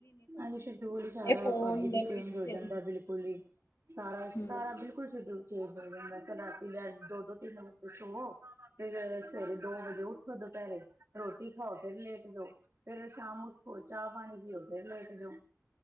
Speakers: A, on the right; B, on the left.
A: ਐਵੇਂ ਸ਼ਡਿਊਲ ਸਾਰਾ
B: ਫੋਨ
A: ਭਾਬੀ ਜੀ
B: ਦੇ
A: ਚੇਂਜ
B: ਪਿੱਛੇ
A: ਹੋ ਜਾਂਦਾ ਬਿਲਕੁਲ ਈ। ਸਾਰਾ-ਸਾਰਾ,
B: ਹਮ
A: ਬਿਲਕੁਲ ਸ਼ਡਿਊਲ। ਚੇਂਜ ਹੋ ਜਾਂਦਾ ਏ, ਸੋ ਰਾਤੀ ਦੋ-ਦੋ, ਤਿੰਨ ਵਜੇ ਸੋਵੋ ਤੇ ਸਵੇਰੇ ਦੋ ਵਜੇ ਉੱਠ ਉਠੋ ਦੁਪੈਰੇ ਰੋਟੀ ਖਾਓ ਫਿਰ ਲੇਟ ਜਾੳ, ਫੇਰ ਸ਼ਾਮ ਉੱਠੋ ਚਾਹ ਪਾਣੀ ਪੀਓ। ਫੇਰ ਲੇਟ ਜੋ।